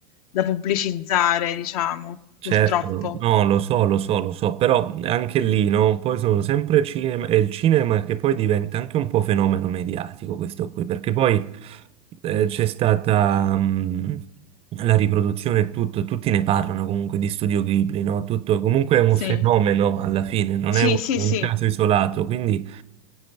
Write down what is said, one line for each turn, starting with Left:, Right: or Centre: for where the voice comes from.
Left: da pubblicizzare, diciamo, purtroppo.
Right: Certo, no, lo so, lo so, lo so, però anche lì, no? Poi sono sempre cinema, è il cinema che poi diventa anche un po' fenomeno mediatico questo qui, perché poi eh, c'è stata mh, la riproduzione e tutto, tutti ne parlano comunque di Studio Ghibli, no? Tutto comunque è un
Left: Sì.
Right: fenomeno alla fine, non
Left: Sì,
Right: è un,
Left: sì,
Right: un
Left: sì.
Right: caso isolato, quindi...